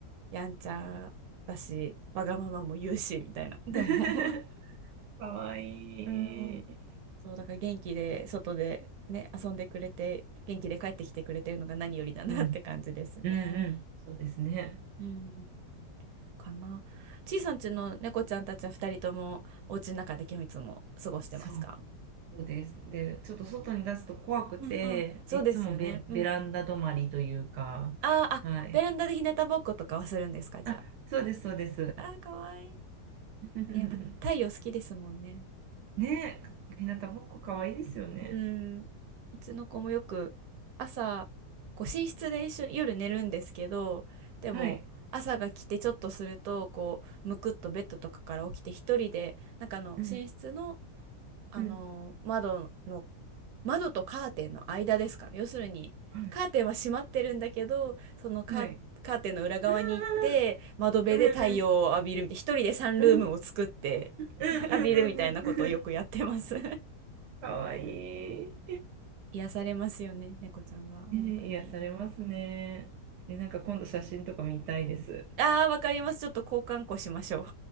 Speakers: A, on the right; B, on the right.
A: やんちゃだし、わがままも言うし、みたいな。でも
B: <laughs>
A: <laughs>
B: かわい
A: うん。<laughs>
B: い。う
A: そう、だから元気で、外でね、遊んでくれて、元気で帰ってきてくれてるのが何よりだなって感じですね。
B: ん、うん、うん。そうですね。
A: うん。かな。ちいさんちの猫ちゃんたちは二人とも、お家の中で基本いつも過ごしてますか
B: そうそうです。で、ちょっと外に出すと怖くて、
A: うんうん。そうですよね。
B: いつもベ、
A: うん。
B: ベランダ止まりというか、
A: あーあ、
B: はい。
A: ベランダで日向ぼっことかはするんですか、じゃ
B: あ、そうです、そうです。
A: あ。あー、かわいい。
B: <laughs>
A: ね、やっぱ太陽好きですもんね。
B: ねえ、ひなたぼっこかわいいですよね。
A: うん、うちの子もよく朝こう寝室で一緒に夜寝るんですけどでも朝が来てちょっとするとこうむくっとベッドとかから起きて一人でなんかあの寝室の、
B: はい。うん、
A: あの窓の
B: うん、
A: 窓とカーテンの間ですかね要するにカーテンは閉まってるんだけどそのカー、
B: はい。はい。
A: カーテンの裏側に行って窓辺で太陽を浴びるみたいな一人でサンルームを作って
B: うんうんうんうんうんうんうんうんうんうん
A: <laughs> 浴びるみたいなことをよくやってます
B: かわいい。
A: 癒されますよね、猫ちゃんは。本当に。
B: ねえ、癒されますね。え、なんか今度写真とか見たいです。
A: ああ、わかります。ちょっと交換個しましょう。